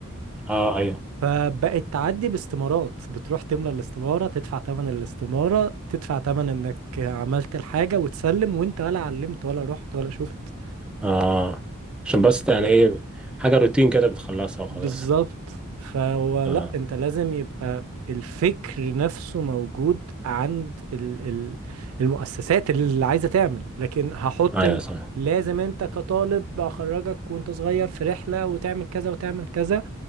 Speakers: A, in the centre; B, on the right (about 75°).
A: أه أيوه
B: فبقت تعدي باستمارات بتروح تملى الاستمارة تدفع تمن الاستمارة تدفع تمن إنك عملت الحاجة وتسلم وأنت ولا علمت ولا رحت ولا شفت
A: أه عشان بس يعني إيه حاجة روتين كده بتخلصها وخلاص
B: بالظبط فهو لا
A: أه
B: انت لازم يبقى الفكر نفسه موجود عند ال ال المؤسسات اللي عايزة تعمل لكن هحط
A: أيوه
B: ان
A: صح
B: لازم انت كطالب اخرجك وانت صغير في رحلة وتعمل كذا وتعمل كذا